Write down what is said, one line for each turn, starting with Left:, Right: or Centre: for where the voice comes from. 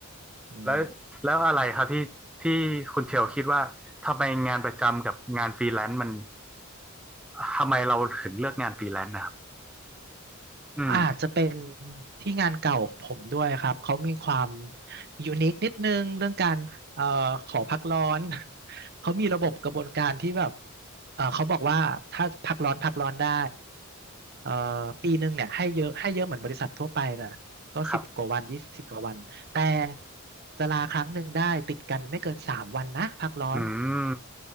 Right: อืม
Centre: แล้วแล้วอะไรครับที่ที่คุณเชลคิดว่าทำไมงานประจำกับงานฟรีแลนซ์มันทำไมเราถึงเลือกงานฟรีแลนซ์นะครับอืม
Right: อาจจะเป็นที่งานเก่าผมด้วยครับ เขามีความยูนิคนิดนึงเรื่องการเอ่อขอพักร้อน <laughs> เขามีระบบกระบวนการที่แบบเอ่อเขาบอกว่าถ้าพักร้อนพักร้อนได้เอ่อปีหนึ่งเนี่ยให้เยอะให้เยอะเหมือนบริษัททั่วไปแหละก็สิบกว่าวันยี่สิบกว่าวันแต่
Centre: <laughs> ครับ
Right: จะลาครั้งหนึ่งได้ติดกันไม่เกินสามวันนะพักร้อน
Centre: อืม